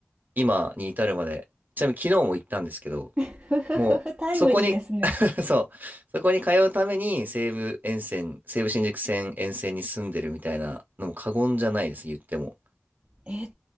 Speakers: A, on the right (about 45°); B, on the right (about 30°).
A: 今に至るまで、ちなみに昨日も行ったんですけど、
B: <laughs>
A: もう、
B: タイムリーですね。
A: そこに <laughs> そう、そこに通うために西武沿線、西武新宿線沿線に住んでるみたいなのも過言じゃないです、言っても。
B: え、